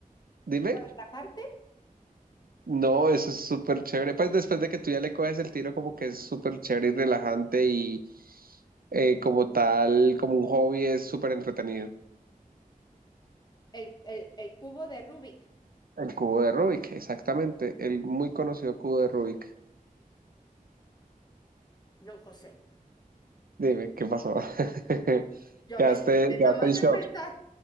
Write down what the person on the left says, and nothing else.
para relajarte?
El, el, el cubo de Rubik.
No, José,
ya
me estresé
nada más
de
pensar.